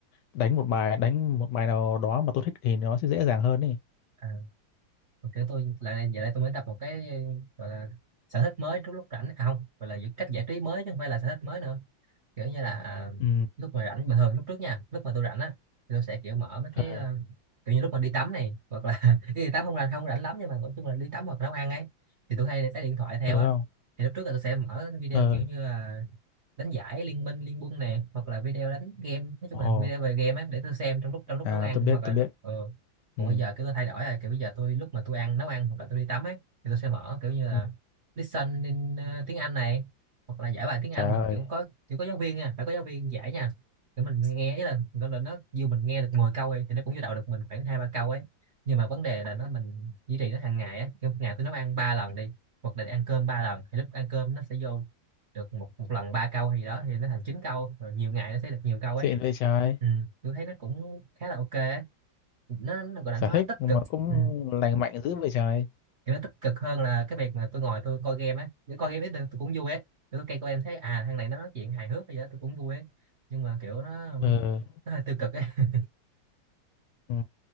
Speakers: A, on the left (about 75°); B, on the right (about 55°).
A: đánh một bài đánh một bài nào đó mà tôi thích thì nó sẽ dễ dàng hơn đi
B: à. Mà kiểu tôi lại giờ đây tôi mới tập một cái gọi là sở thích mới lúc lúc rảnh à không gọi là những cách giải trí mới chứ không phải là sở thích mới nữa kiểu như là à,
A: Ừ.
B: lúc mà rảnh bình thường lúc trước nha lúc mà tôi rảnh á thì tôi sẽ kiểu mở mấy cái
A: ờ
B: ờ, kiểu như lúc mà đi tắm này hoặc là <laughs> đi tắm không là không rảnh lắm nhưng mà nói chung là đi tắm hoặc nấu ăn ấy thì tôi hay để cái điện thoại theo
A: ừ không
B: á thì lúc trước là tôi sẽ mở video
A: ờ
B: kiểu như là đánh giải liên minh liên quân nè hoặc là video đánh game nói chung
A: ồ
B: là video về game á để tôi xem trong lúc trong lúc
A: à
B: nấu ăn
A: tôi biết
B: hoặc là
A: tôi
B: lúc
A: biết
B: ờ
A: ừ
B: còn bây giờ cái tôi thay đổi là kiểu bây giờ tôi lúc mà tôi ăn nấu ăn hoặc là tôi đi tắm á thì tôi sẽ mở kiểu như là
A: Ừ.
B: listen in ờ, tiếng Anh này hoặc là giải bài tiếng Anh
A: trời
B: mà
A: ơi
B: kiểu có kiểu có giáo viên nha phải có giáo viên giải nha kiểu mình nghe ấy là nó là nó dù mình nghe được 10 câu ấy, thì nó cũng vô đầu được mình khoảng hai ba câu ấy nhưng mà vấn đề là nó mình duy trì nó hàng ngày á kiểu một ngày tôi nấu ăn ba lần đi hoặc là ăn cơm ba lần thì lúc ăn cơm nó sẽ vô được một một lần ba câu gì đó thì nó thành chín câu rồi nhiều ngày nó sẽ được nhiều câu
A: xịn
B: ấy
A: vậy trời
B: ừ. tôi thấy nó cũng khá là ok ấy. nó, nó gọi là
A: sở
B: nó
A: thích
B: tích
A: mà
B: cực
A: cũng
B: ừ.
A: lành mạnh dữ vậy trời
B: kiểu nó tích cực hơn là cái việc mà tôi ngồi tôi coi game á để coi game ấy tôi, tôi cũng vui ấy kiểu tôi coi coi em thấy à thằng này nó nói chuyện hài hước hay gì đó tôi cũng vui ấy nhưng mà kiểu nó
A: ờ
B: nó hơi tiêu cực ấy <laughs>
A: ừ.